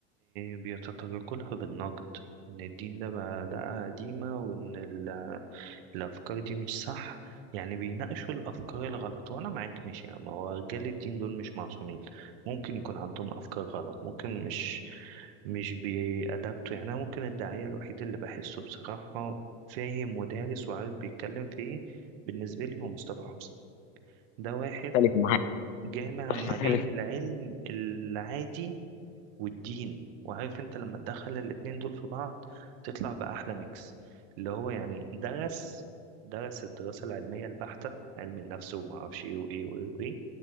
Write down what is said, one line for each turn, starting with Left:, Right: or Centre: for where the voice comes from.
Right: بيتطرقوا لها بالنقد إن الدين ده بقى ده قديمة وإن ال- الأفكار دي مش صح يعني بيناقشوا الأفكار الغلط وأنا معاك مش يعني هو رجال الدين دول مش معصومين ممكن يكون عندهم أفكار غلط ممكن مش مش بيأدبتوا يعني أنا ممكن الداعية الوحيد اللي بحسه بصراحة فاهم ودارس وعارف بيتكلم في إيه بالنسبة لي هو مصطفى حسني ده واحد
Left: اختلف معاك
Right: جامع
Left: اختلف
Right: ما بين العلم العادي والدين وعارف انت لما تدخل الاتنين دول في بعض تطلع بأحلى ميكس اللي هو يعني درس درس الدراسة العلمية البحتة علم النفس وما اعرفش ايه وايه وايه وايه